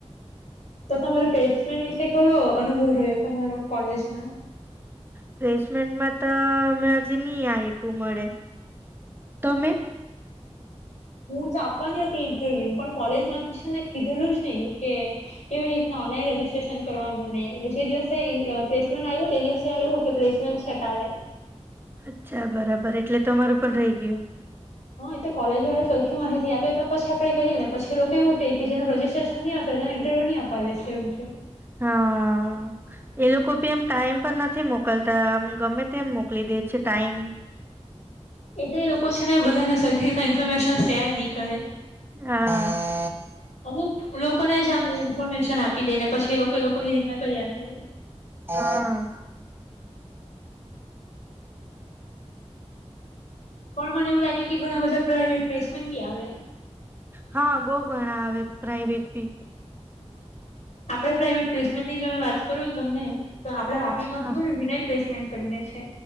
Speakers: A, on the left; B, on the right.
A: તો તમારે પ્લેસમેન્ટ વિશે કયો અનુભવ રહ્યો તમારો કોલેજમાં
B: પ્લેસમેન્ટમાં તો અમે હજુ નહી આપ્યું મળે તમે
A: હું તો આપવાની હતી ઇન્ટરવ્યુ પણ કોલેજમાંથી છે ને કીધેલું જ નહી કે કેવી રીતને ઓનલાઈન રજસ્ટ્રેશન કરવાનુંને જે દિવસે પ્લેસમેન્ટ આવ્યું તે દિવસે આવ્યું કે પ્લેસમેન્ટ છે કાલે
B: અચ્છા બરાબર એટલે તમારું પણ રહી ગયું.
A: હા એ કોલેજોને સરખી માહિતી આપે તો પછી આપડે કરીએ ને પછી લોકો એવું ક કે જેનું રજજીસ્ટ્રેશન ની હશેને ઇન્ટરવ્યુ ન આપવા દેશે એવું કે
B: હા એ લોકો ભી એમ ટાઈમ પર નથી મોકલતા આમ ગમે તે મોકલી દે છે ટાઈમ
A: એ તો એ લોકો છે ને બધાને સરખી રીતના ઇન્ફોર્મેશન શેર નહીં કરે.
B: હા
A: અમુક લોકોને જ અમે ઇન્ફોર્મેશન આપી દઈને પછી એ લોકો એ લોકોની રીતના કરી
B: હા
A: પણ મને એવું લાગે કે ઘણા બધા પ્રાઇવેટ પ્લેસમેન બી આવે
B: હા બહુ ઘણા આવે પ્રાઇવેટ બી
A: આપડે પ્રાાઈવેટ પ્લેસમેન્ટની જો વાત કરું તમને તો આપણા વાપી માં
B: હા
A: ખબર છે વિનય પ્લેસમેન્ટ કરીને છે.